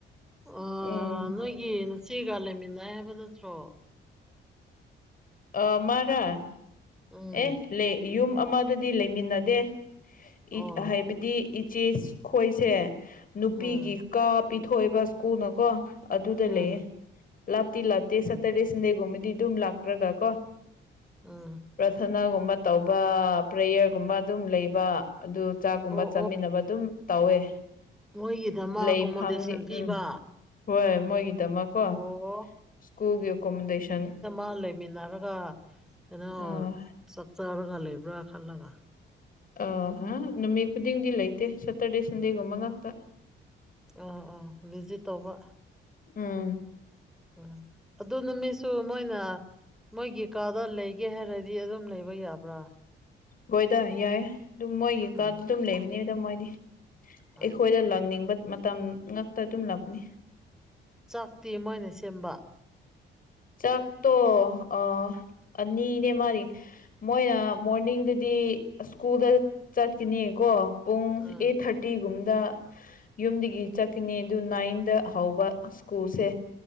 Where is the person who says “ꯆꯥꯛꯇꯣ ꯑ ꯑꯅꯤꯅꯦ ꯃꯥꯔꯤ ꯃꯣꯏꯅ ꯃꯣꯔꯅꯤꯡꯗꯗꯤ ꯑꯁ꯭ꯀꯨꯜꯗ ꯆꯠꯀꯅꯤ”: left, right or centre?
Left